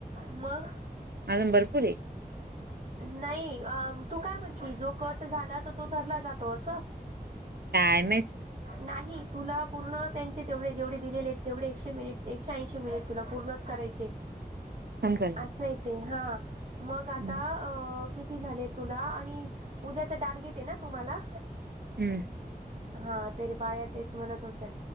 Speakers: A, on the right; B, on the right.
A: म.
B: अजम भरपूर.
A: नाही तू काय म्हंटली जो कट झाला तर तो धरला जातो असं.
B: कायमच.
A: नाही तुला पूर्ण त्यांचे तेवढे जेवढे. दिलेले आहेत तेवढे एकशे मिनिट एकशे ऐशी मिनिट तुला पूर्णच करायचेत.
B: <unintelligible>
A: ते हा मग आता
B: हम्.
A: अ किती झाले तुला आणि उद्याच टार्गेट आहे ना तुम्हाला
B: हम्म.
A: हा तरी बाया तेच म्हणत होत्या